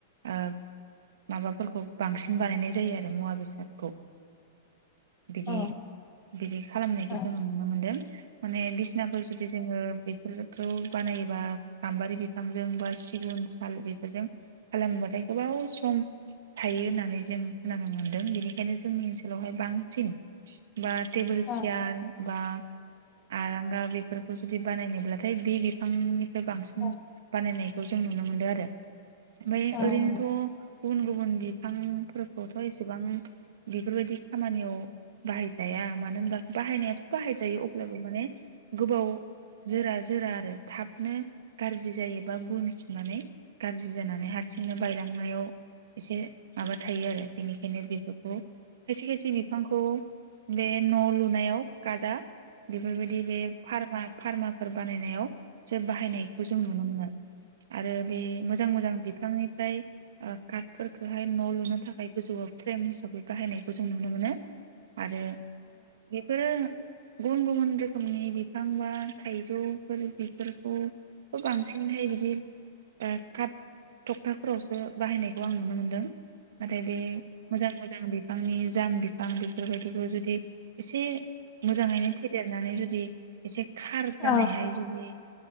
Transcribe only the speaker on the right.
ओ माबाफोरखौ बांसिन बानायनाय जायो आरो मुवा बेसादखौ। बिदि
बिदि खालामनायखौ
जोङो नुनो मोनदों। माने बिसना फोर जुदि जोङो बे फोरखौ बानायोबा गाम्बारि बिफांजों बा सिगुन साल बेफोरजों खालाम बाथाय गोबाव सम थायो होननानै जों खोनानो मोनदों बेनिखायनो जोंनि ओनसोलावहाय बांसिन बा टेबोल
चियार बा आरांगा बेफोर खौ जुदि बानायनो ब्लाथाय बे बिफांनि फ्राय बांसिन
बानायनाय बेखौ जों नुनो मोनदों आरो। ओमफाय
ओरैनोथ' गुबुन गुबुन बि फां फोरखौथ' एसेबां बेफोरबायदि खामानियाव बाहायजाया मानो होनबा बाहायनाय बाहाय जायो अब्लाबो माने गोबाव जोरा जोरा आरो थाबनो गाज्रि जायोबा गुन सुननानै गाज्रि जानानै हारसिंनो बायलांनायाव एसे माबा थायो आरो बेनिखायनो बेफोरखौ खायसे खायसे बिफांखौ बे न' लुनायाव आदा बेफोरबायदि बे फार्मा फार्मा फोर बानायनायाव बे बाहायनायखौ जों नुनो मोनो। आरो बे मोजां मोजां बिफांनिफ्राय ओ काटफोरखौहाय न' लुनो थाखाय गोजौआव फ्रेम हिसाबै बाहायनायखौ जों नुनो मोनो। आरो बेफोरो गुबुन गुबुन रोखोमनि बिफां बा थाइजौफोर बेफोरखौबो बांसिनहाय बिदि बा काट थखथाफोरावसो बाहायनायखौ आं नुनो मोनदों। नाथाय बे मोजां मोजां बि फांनि जाम बिफां बेफोरबायदिखौ जुदि एसे मोजाङैनो फेदेरनानै जुदि एसे खार
जानायहाय जुदि